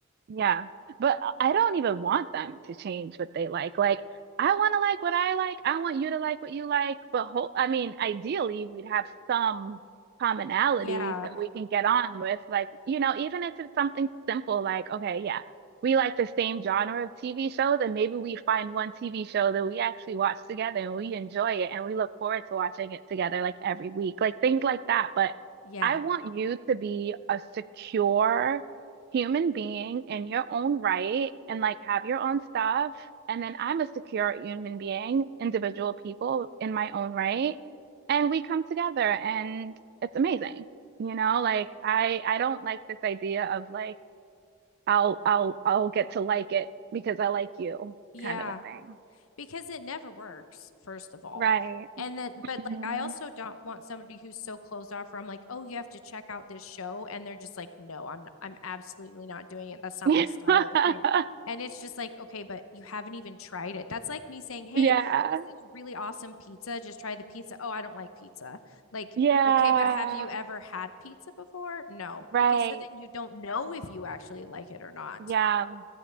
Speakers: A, on the right; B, on the left.
A: Yeah, but I don't even want them to change what they like. Like, I want to like what I like. I want you to like what you like. But ho I mean, ideally, we'd have some commonalities
B: Yeah.
A: that we can get on with. Like, you know, even if it's something simple, like, okay, yeah, we like the same genre of TV shows, and maybe we find one TV show that we actually watch together and we enjoy it and we look forward to watching it together like every week, like things like that. But
B: Yeah.
A: I want you to be a secure human being in your own right and like have your own stuff. And then I'm a secure human being, individual people in my own right. And we come together and it's amazing. You know, like I I don't like this idea of like I'll I'll I'll get to like it because I like you
B: Yeah,
A: kind of a thing.
B: because it never works, first of all.
A: Right.
B: And then, but
A: Mhm.
B: like, I also don't want somebody who's so closed off where I'm like, oh, you have to check out this show. And they're just like, no, I'm, I'm absolutely not doing it. That's not
A: <laughs>
B: my style of thing. And it's just like, okay, but you haven't even tried it. That's like me saying, hey,
A: Yeah.
B: this is really awesome pizza. Just try the pizza. Oh, I don't like pizza. Like,
A: Yeah.
B: okay, but have you ever had pizza before? No.
A: Right.
B: Okay, so then you don't know if you actually like it or not.
A: Yeah.